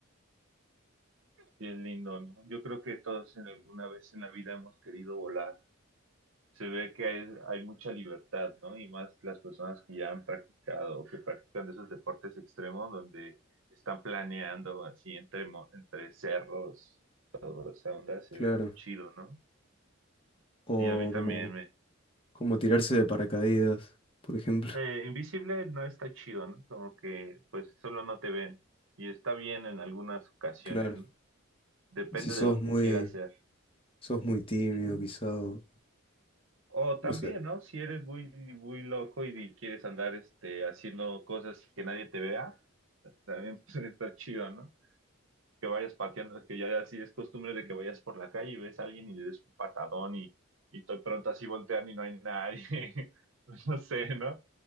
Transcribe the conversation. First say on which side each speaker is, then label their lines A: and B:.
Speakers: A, on the right (about 70°); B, on the left (about 25°).
A: Sí, es lindo, ¿no? Yo creo que todos en alguna vez en la vida hemos querido volar. Se ve que hay, hay mucha libertad, ¿no? Y más las personas que ya han practicado o que practican de esos deportes extremos donde están planeando así entre, mo- entre cerros, toda esa onda se
B: <laughs> Claro.
A: ve muy chido, ¿no?
B: O
A: Y a mí también
B: como
A: me,
B: como tirarse de paracaídas, por ejemplo.
A: Eh, invisible no está chido, ¿no? Como que pues solo no te ven y está bien en algunas ocasiones,
B: Claro,
A: ¿no? Depende
B: si sos
A: de lo que
B: muy,
A: quieras hacer.
B: sos muy tímido,
A: Sí.
B: quizá. O
A: O también,
B: o sea,
A: ¿no? Si eres muy, muy loco y quieres andar este, haciendo cosas que nadie te vea, también <laughs> puede estar chido, ¿no? Que vayas pateando, que ya así es costumbre de que vayas por la calle y ves a alguien y le des un patadón y, y de pronto así voltean y no hay nadie. <laughs> No sé, ¿no?